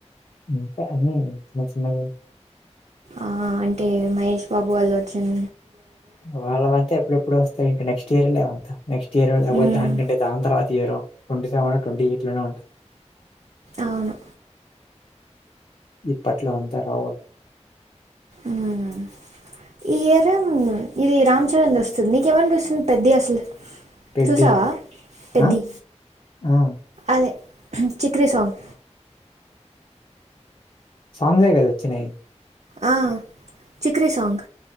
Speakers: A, on the left; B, on the right.
A: అంతే అన్ని చిన్న చిన్నవి
B: ఆ అంటే మహేష్ బాబు వాళ్ళొచిన్
A: వల్లవంతే ఎప్పుడెప్పుడో వస్తాయి ఇంకా నెక్స్ట్ కేరళంతా నెక్స్ట్ ఇయరో లే
B: మ్మ్
A: వడ్డంతే దాని తర్వాత ఇయరో ట్వంటీసెవెన్ ట్వంటీఎయిట్లోనే ఉంటుంది
B: అవును
A: ఇప్పట్లో అంతా <unintelligible>
B: ఉమ్ ఈ ఇయర్ ఇది రామ్ చరణ్ దోస్తుంది నీకేమనిపిస్తుంది పెద్ది అసలు
A: పెడ్డి
B: చూసావా పెద్ది
A: ఆ ఆ
B: అదే <unintelligible> చిక్రి సాంగ్
A: సాంగె గదా వచ్చినయ్
B: అ చిక్రి సాంగ్